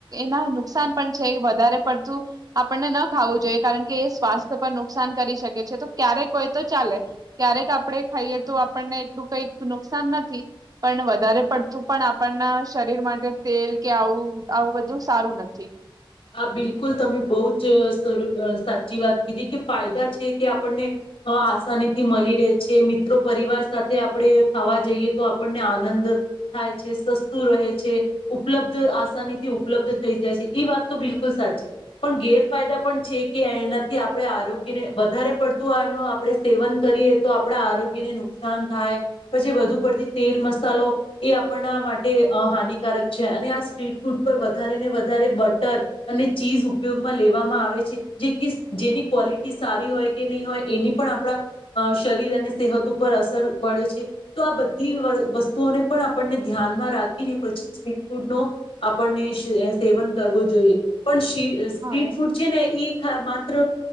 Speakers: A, on the right; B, on the left.
A: એના નુકસાન પણ છે એ વધારે પડતું આપણને ના ખાવું જોઈએ કારણ કે એ સ્વાસ્થ્ય પર નુકસાન કરી શકે છે તો ક્યારે કોઈ તો ચાલે. ક્યારેક આપણેે ખાઈએ તો આપણને એટલું કઈક નુકસાન નથી પણ વધારે પડતું પણ આપણના શરીર માટે તેલ કે આવું-આવું બધું સારું નથી.
B: આ બિલકુલ તમે બહુજ સર સાચી વાત કીધી કે ફાયદા છે કે આપણને અહ આસાનીથી મલી રહે છે. મિત્રો પરિવાર સાથે આપણે ખાવા જઈએ તો આપણને આનંદ થાય છે સસ્તું રહે છે ઉપલબ્ધ આસાનીથી ઉપલબ્ધ થઈ જાય છે ઈ વાત તો બિલકુલ સાચી. પણ ગેરફાયદા પણ છે કે એનાથી આપણે આરોગ્યને વધારે પડતું આનું આપણે સેવન કરીએ તો આપણા આરોગ્યને નુકસાન થાય પછી વધુ પડતી તેલ મસાલો એ આપણા માટ તે અહ હાનિકારક છે અને આ સ્ટ્રીટ ફૂડ પર વધારે ને વધારે બ ટર અને ચીઝ ઉપયોગમાં લેવામાં આવે છે જે કિસ જેની ક્વલિટી સારી હોય કે નહીં હોય એની પણ આપણા અહ શરીર અને સેહત ઉપર અસર પડે છે. તો આ બધ તી વ-વસ્તુઓને પણ આપણને ધ્યાનમાં રાખીને પછી સ્ટ્રીટ ફૂડનો આપણને શે સેવન કરવું જોઈએ. પણ તે સ્ટ્રીટ
A: હા
B: ફૂડ છે ને ઈ હા માત્ર